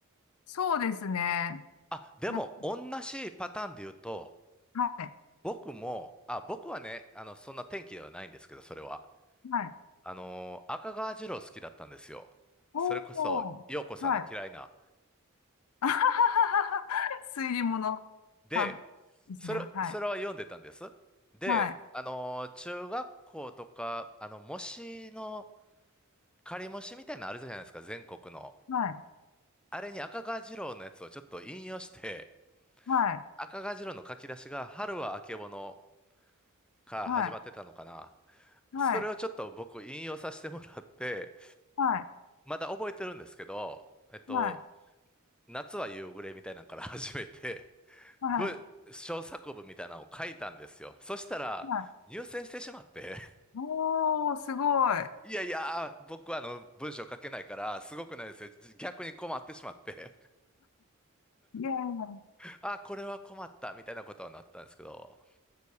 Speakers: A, on the left; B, in the centre.
A: そうですね。
B: あ、でも、
A: な
B: 同じパターンで言うと、
A: はい。
B: 僕も、あ、僕はね、あの、そんな天気ではないんですけど、それは。
A: はい。
B: あのー赤川次郎好きだったんですよ。
A: おお、
B: それこそ、陽子さんの嫌いな。
A: はい。あはははは推理物
B: で、
A: さんですね。
B: それ、
A: はい。
B: それは読んでたんです。で、
A: はい。
B: あのー中学校とか、あの、模試の、仮模試みたいなのあるじゃないですか、全国の。
A: はい。
B: あれに赤川次郎のやつをちょっと引用して、
A: はい。
B: 赤が白の書き出しが春はあけぼのから始まってたのかな。
A: はい。はい。
B: それをちょっと僕引用させてもらって、
A: はい。
B: まだ覚えてるんですけど、えっと、
A: はい。
B: 夏は夕暮れみたいなのから始めて、
A: はい。
B: 文、小作文みたいなのを書いたんですよ。そしたら、
A: はい。
B: 入選してしまって、
A: おー、すごい。
B: いやいや、僕はあの文章書けないから、すごくないですよ。逆に困ってしまって、
A: いやいや。
B: あ、これは困ったみたいなことはなったんですけど、